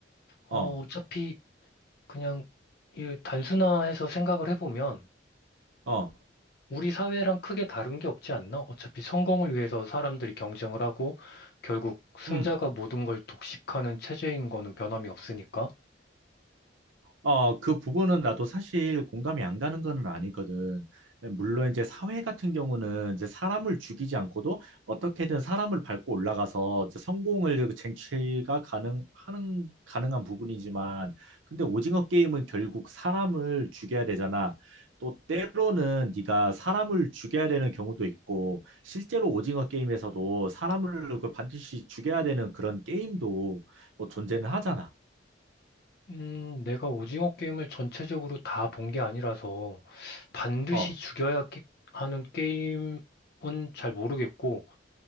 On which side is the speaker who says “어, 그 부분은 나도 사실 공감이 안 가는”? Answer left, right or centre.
Right